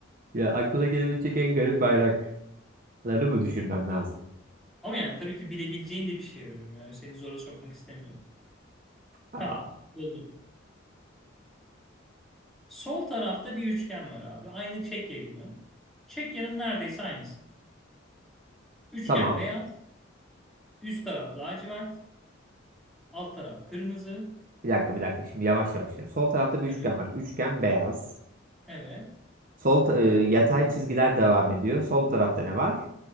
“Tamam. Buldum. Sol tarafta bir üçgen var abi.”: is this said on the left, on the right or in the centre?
Centre